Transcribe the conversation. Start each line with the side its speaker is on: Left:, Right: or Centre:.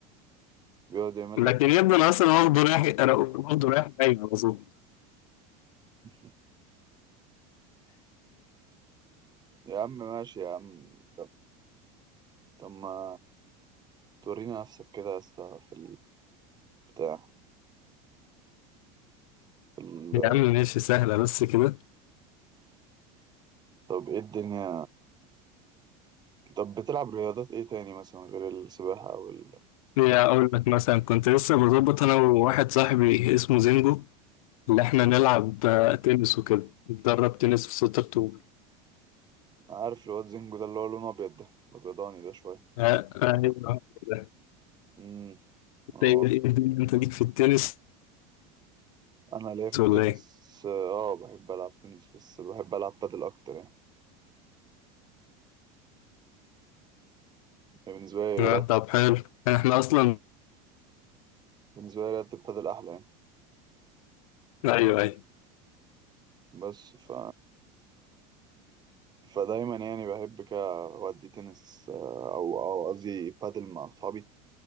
Right: بيقعد يعمل
Left: لكن
Right: لك
Left: يبدو أنا أصلا واخده رايح واخده رايح جاي على طول
Right: <laughs> يا عم ماشي يا عم طب طب ما تورينا نفسك كده يا اسطى في البتاع في ال...
Left: يا عم ماشي سهلة بس كده
Right: طب ايه الدنيا طب بتلعب رياضات ايه تاني مثلا غير السباحة او ال...
Left: يا أقول لك مثلا كنت لسه بظبط أنا وواحد صاحبي اسمه زينجو إن إحنا نلعب آه، تنس وكده نتدرب تنس في 6 أكتوبر
Right: عارف الواد زينجو ده اللي هو لونه ابيض ده الابيضاني ده شوية
Left: آه، آه، أيوه ده.
Right: امم هو
Left: إنت إيه
Right: بص-
Left: إيه الدنيا أنت ليك في التنس
Right: انا ليا في التنس
Left: ولا إيه؟
Right: اه آه، بحب العب تنس بس بحب العب بادل اكتر يعني بالنسبة
Left: آه،
Right: لي
Left: طب حلو إحنا أصلا
Right: بالنسبة لي رياضة البادل أحلى يعني
Left: أيوه أيوه
Right: بس ف... فدايما يعني بحب كده أودي تنس آه، أو أو قصدي بادل مع أصحابي